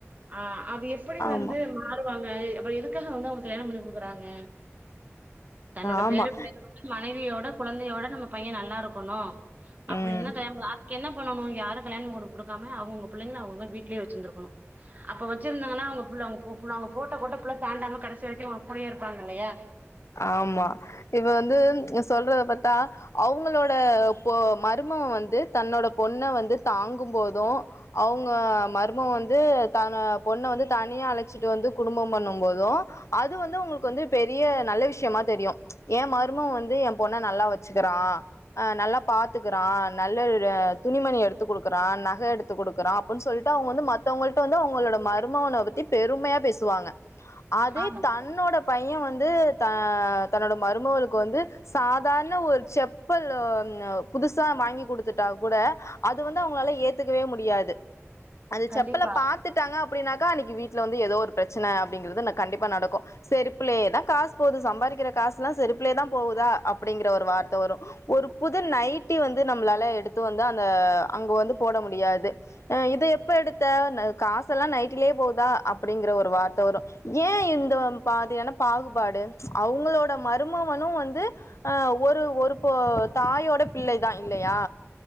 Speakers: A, on the right; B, on the left.
A: ஆ அது எப்படி
B: ஆமா
A: வந்து மாறுவாங்க அப்ப எதுக்காக வந்து அவங்க கல்யாணம் பண்ணி குடுக்குறாங்க தன்னோட
B: ஆமா
A: பேர <unintelligible> மனைவியோட குழந்தையோட நம்ம பைய நல்லா இருக்கணு அப்படி
B: ம்
A: இருந்தா கல்யாணம் க் என்ன பண்ணணு யாரு கல்யாணம் பண்ணிக்குடு குடுக்காம அவங்கங்க பிள்ளைங்கள அவங்கங்க வீட்லே வச்சிருந்துருக்கணு அப்ப வச்சிருந்தாங்கன்னா அவங்க புள்ள அவங்க பு புள்ள அவங்க போட்ட கோட்ட புள்ள தாண்டாம கடைசி வரைக்கு அவங்க கூடையே இருப்பாங்க இல்லையா
B: ஆமா இப்ப வந்து சொல்றத பாத்தா அவங்களோட போ மருமக வந்து தன்னோட பொண்ண வந்து தாங்கும் போதும் அவங்க மருமவ வந்து தன பொண்ண வந்து தனியா அழச்சிட்டு வந்து குடும்பம் பண்ணும் போதோ அது வந்து உங்களுக்கு வந்து பெரிய நல்ல விஷயமா தெரியு எ மருமவ வந்து எ பொண்ண நல்லா வச்சுக்கிறா நல்லா பார்த் த்துக்கிறா நல்ல துணிமணி எடுத்துக் குடுக்குறா நக எடுத் தத்து குடுக்குறா அப்டின் சொல்ட்டு அவங்க வந்து மத்தவங்கள்ட வந்து அவங்களோட மருமன பத்தி பெருமையா பேசுவாங்க அதே
A: ஆமா
B: தன்னோட பைய வந்து த தன்னோட மருமவளுக்கு வந்து சாதாரண ஒரு செப்பலு ஒன்னு புதுசா வாங்கி குடுத்துட்டா கூட அது வந்து அவங்களால ஏத்துக்கவே முடியாது அந்த
A: கண்டிப்பா
B: செப்பல பாத்துட் டாங்க அப்டின்னாக்க அன்னைக்கு வீட்ல வந்து ஏதோ ஒரு பிரச்சன அப்டிங்குறது கண்டிப்பா நடக்கு செருப்புலயே தா காசு போது சம்பாதிக்கிற காசு எல்லா செருப்புலே தா போகுதா அப்படிங்கிற ஒரு வார்த்த வரு ஒரு புது நைட்டி வந்து நம்மளால எடுத்து வந்து அந்த அங்க வந்து போட முடியாது அ இத எப்ப எடுத்த காசு செல்லா நைட்டிலேயே போதா அப்படிங்கிற ஒரு வார்த்த வரு ஏ இந்த பாதியான பாகுபாடு அவங்களோட மருமவனு வந்து அ ஒரு ஒரு போ தாயோட பிள்ளை தா இல்லையா